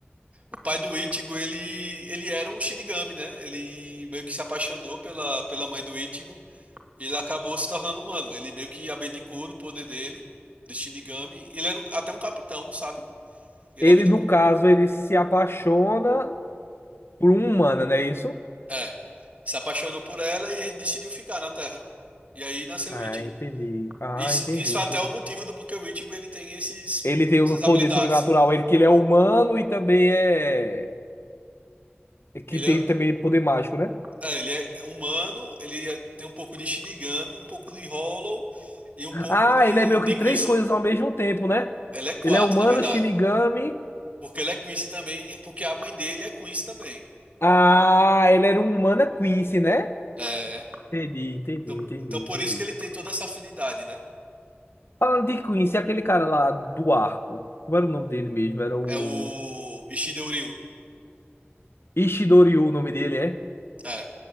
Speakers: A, on the right; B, on the left.
A: O pai do Ichigo, ele, ele era um Shinigami, né? Ele meio que se apaixonou pela, pela mãe do Ichigo e ele acabou se tornando humano. Ele meio que abdicou do poder dele, de Shinigami. Ele era um- até um capitão, sabe? Ele
B: Ele,
A: abdi-
B: no caso, ele se apaixona por uma humano, não é isso?
A: É, se apaixonou por ela e decidiu ficar na Terra. E aí nasceu
B: Ah,
A: o Ichigo.
B: entendi. Ah,
A: Isso,
B: entendi,
A: isso
B: entendi.
A: é até o motivo do porquê o Ichigo ele tem esses,
B: Ele tem o
A: essas
B: poder
A: habilidades.
B: sobrenatural, ele que ele é humano e também é é que
A: Ele
B: tem
A: é,
B: também poder mágico, né?
A: é, ele é humano, ele é- tem um pouco de Shinigami, um pouco de Hollow e um
B: Ah,
A: pouco de,
B: ele é meio
A: de
B: que três
A: Quincy.
B: coisas ao mesmo tempo, né?
A: Ele é quatro,
B: Ele é humano,
A: na verdade.
B: Shinigami.
A: Porque ele é Quincy também, porque a mãe dele é Quincy também.
B: Ah, ele era um humano é Quincy, né?
A: É.
B: Entendi, entendi,
A: Então,
B: entendi,
A: então
B: entendi.
A: por isso que ele tem toda essa afinidade, né?
B: Falando de Quincy, aquele cara lá do arco, como era o nome dele mesmo? Era o
A: É o Ishidouril.
B: Ishidoryu, o nome dele é?
A: É,